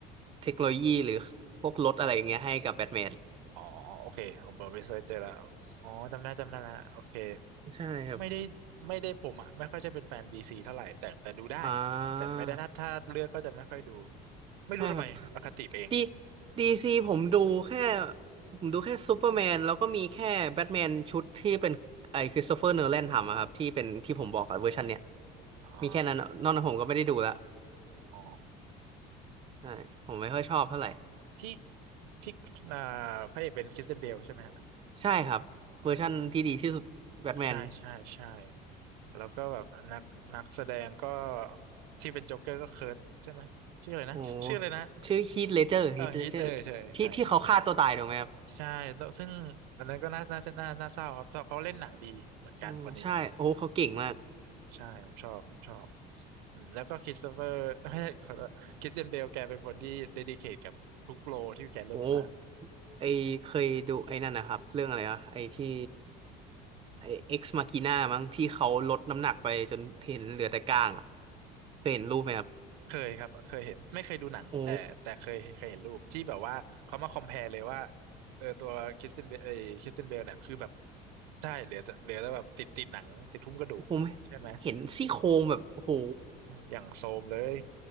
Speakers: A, on the right; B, on the right.
A: เทคโนโลยีหรือพวกรถอะไรอย่างเงี้ยให้กับแบทแมน
B: อ๋อโอเคผมผมไปเซิร์ชเจอแล้วอ๋อจำได้จำได้ละโอเค
A: ใช่ครับ
B: ไม่ได้ไม่ได้ผมอ่ะไม่ค่อยจะเป็นแฟนดีซีเท่าไหร่แต่แต่ดูได้
A: อ่า
B: แต่ไม่ได้ถ้าถ้าเลือกก็จะไม่ค่อยดูไม่รู้ทำไมอคติไปเอง
A: ใช่ครับดีดีซีผมดูแค่ผมดูแค่ซูเปอร์แมนแล้วก็มีแค่แบทแมนชุดที่เป็นไอคริสโตเฟอร์โนแลนทำอะครับที่เป็นที่ผมบอกอะเวอร์ชันเนี้ย
B: อ๋อ
A: มีแค่นั้นอะนอกนั้นผมก็ไม่ได้ดูละ
B: อ๋อ
A: ใช่ผมไม่ค่อยชอบเท่าไหร่
B: ที่ที่อ่าพระเอกเป็นคริสเตียนเบลใช่ไหมฮะ
A: ใช่ครับเวอร์ชั่นที่ดีที่สุดแบทแมน
B: อืมใช่ใช่ใช่แล้วก็แบบนักนักแสดงก็ที่เป็นโจ๊กเกอร์ก็เคิร์ทใช่ไหมชื่ออะไรนะชื่ออะไรนะ
A: โอ้ชื่อฮีทเลเจอร์ฮีทเลเจอร์ที่ที่เขาฆ่าตัวตายถูกไหมครับ
B: เออฮีทเออใช่ใช่ ใช่แล้วซึ่งอันนั้นก็น่าน่าน่าน่าเศร้าครับเขาเล่นหนังดีเหมือนกันคนนี้
A: อ๋อใช่โอ้เขาเก่งมาก
B: ใช่ ผมชอบ ผมชอบอืมแล้วก็คริสโตเฟอร์ <laughs> ไม่ใช่ขอโทษคริสเตียนเบลแกเป็นคนที่เดดิเคทกับทุกโรลที่แกเล่นมาก
A: โอ้ไอเคยดูไอ้นั่นนะครับเรื่องอะไรอะไอที่ไอเอ็กซ์มาคีน่ามั้งที่เขาลดน้ำหนักไปจนเห็นเหลือแต่ก้างอะเคยเห็นรูปไหมครับ
B: เคยครับ เคยเห็น ไม่เคยดูหนังแต่แต่เคยเคยเห็นรูปที่แบบว่าเขามาคอม
A: โอ้
B: p พ r e เลยว่าเออตัวคริสเตียนเบลเอคริสเตียนเบลเนี่ยคือแบบใช่เหลือแต่เหลือแต่แบบติดติดหนังติดหุ้มกระดูกใช่ไหม
A: ผมเห็นซี่โครงแบบโอ้โห
B: ใช่อย่างโซมเลย